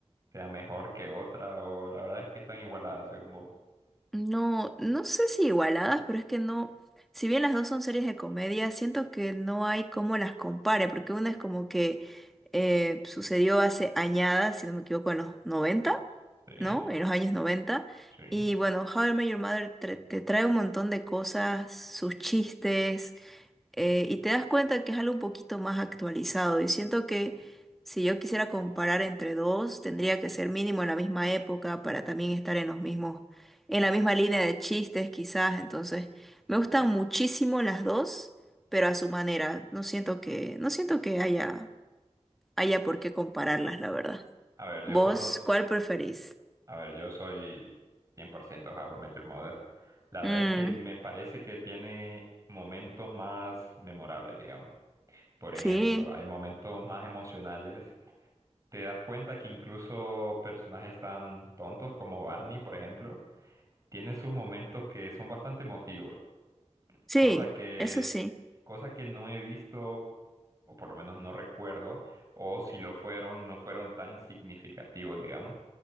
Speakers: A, on the right; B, in the centre.
A: sea mejor que otra, o la verdad es que están igualadas según vos.
B: No, no sé si igualadas, pero es que no, si bien las dos son series de comedia, siento que no hay cómo las compare, porque una es como que eh, sucedió hace añadas, si no me equivoco, en los 90,
A: Sí,
B: ¿no? En los años 90.
A: sí.
B: Y bueno, How I Met Your Mother tra- te trae un montón de cosas, sus chistes, eh, y te das cuenta que es algo un poquito más actualizado. Y siento que si yo quisiera comparar entre dos, tendría que ser mínimo en la misma época para también estar en los mismos, en la misma línea de chistes, quizás. Entonces, me gustan muchísimo las dos, pero a su manera. No siento que, no siento que haya, haya por qué compararlas, la verdad.
A: A ver, yo
B: ¿Vos
A: por don...
B: cuál preferís?
A: A ver, yo soy 100% How I Met Your Mother. La verdad
B: Mm,
A: es que me parece que tiene momentos más memorables, digamos. Por
B: sí,
A: ejemplo, hay momentos más emocionales. Te das cuenta que incluso personajes tan tontos como Barney, por ejemplo, tienen sus momentos que son bastante emotivos.
B: sí,
A: Cosa que,
B: eso sí.
A: cosa que no he visto, o por lo menos no recuerdo, o si lo fueron, no fueron tan significativos, digamos.